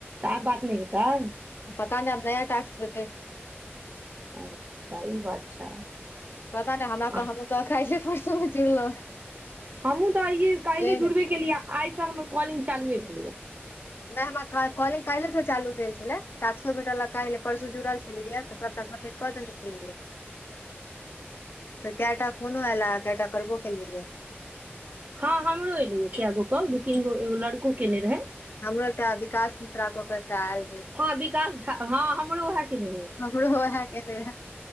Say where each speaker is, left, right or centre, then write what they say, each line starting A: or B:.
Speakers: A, on the right (about 40°); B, on the left (about 60°).
A: तऽ आब बात नहि हैतन
B: पता नहिब नया टास्क देतै
A: अच्छा ई बात छै
B: पता नहि हमरा
A: आ
B: तऽ हमहूँ तऽ काइले परसुमे जुड़लहुँ
A: हमहु तऽ आइये काइले
B: हे
A: जुड़बे केलिय आइ से हमर कॉलिंग चालुए भेले या
B: नहि हमरा कॉलिंग काल्हिसँ चालू भेल छलै टाक्सो भेटल काइले परसू जुड़ल छलैयए तऽ सभटा सम्मिट कऽ देने छलियैै कैयटा फोन आइल हं कैयटा करबो केै
A: हँ हमरो एलेयै कगो कह दू तीन गो एगो लड़को केने रहे
B: हमरो एकटा विकास मिश्रा कऽ क एकटा तऽ आयल रहे
A: हँ विकास झा हँ हमरो उएह कने रहे
B: हमरो ओएह केने रहे